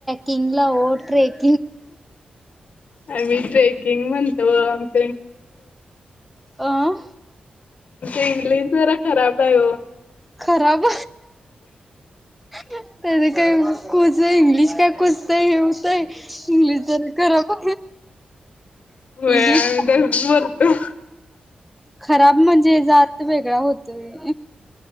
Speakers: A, in the centre; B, on the left.
A: <unintelligible>
B: आ मी ट्रेकिंग म्हण तो. <unintelligible>
A: अ
B: ते इंग्लिश जरा खराब काय ओ
A: खराब. त्या काही कोच इंग्लिश काय कोचतंय हे हुतय इंग्लिश जरा खराब इंग्लिश
B: होय आम्ही तर बोलतो
A: खराब म्हणजे जात वेगळा होतोय.